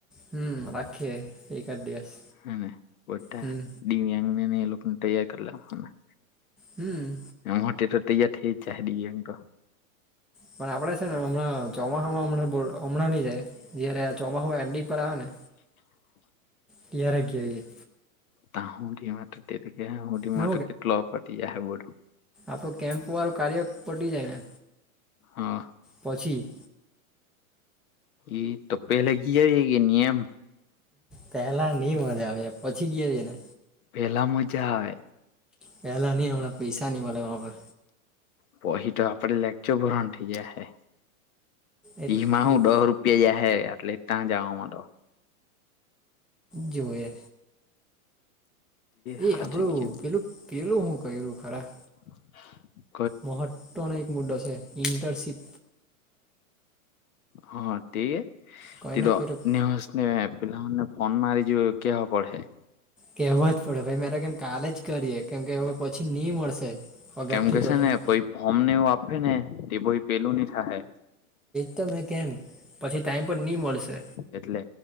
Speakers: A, in the centre; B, on the left.
A: હમ રાખે એ ખાદ દિવસ
B: હમ્મ બધા
A: હમ
B: ને દિવ્યાંગને એ લોકોને તૈયાર કર લાખવાના
A: હમ્મ.
B: એમ મોટે તો તૈયાર થઈ જ જાહે દિવ્યાંગ તો
A: પણ આપડે છે ને હમણાં ચોમાસામાં હમણા હમણાં ની જાય જયારે ચોમાસાુ એન્ડિંગ પર આવે ને
B: <inaudible>
A: ક્યારે ગયા એ?
B: તહુથી મા તે કે હ <inaudible> હુ દ
A: ને
B: મ તો કેટલો પતી હે બધું
A: આપડ કેમ્પ વાળું કાર્ય પડી જાય ને
B: હા.
A: પછી
B: એ તો પહેલા ગિયાવે કેની એમ
A: પેલા ની મજા આવે પછી ગિયાવે ને
B: પેલા મજા આવે.
A: પહેલા નહીં હમણાં પૈસા ની મળે માંં પર
B: પછી તો આપડે લેક્ચર ભરવાનું થઇ ગયા હે
A: એટલે
B: એઈમાં હું દહ રૂપ જશે હે એટલે ત્યાં જવામાં તો
A: જોએ
B: હાચુ
A: એ આપડું
B: જ કે ની
A: પેલું પેલું શું કર્યું ખરા
B: <unintelligible>
A: મહત્વનો એક મુદ્દો છે ઇન્ટર્નશિપ
B: હા તે
A: કઈને
B: તો
A: કોઈ
B: ને પેલાને ફોન મારી જો કેવા પડે?
A: કેવા જ પડે ભાઈ મારે કેમ કાલે જ કરીએ કેમ કે પછી નહી મળશે. પગારથી
B: કેમ કેહે
A: કરીને
B: છે ને પછી ફોર્મને એવું આપે ને એ ભાઈ પેલું નહીં થાય.
A: તમે કેમ પછી ટાઈમ પર નહી મળશે?
B: એટલે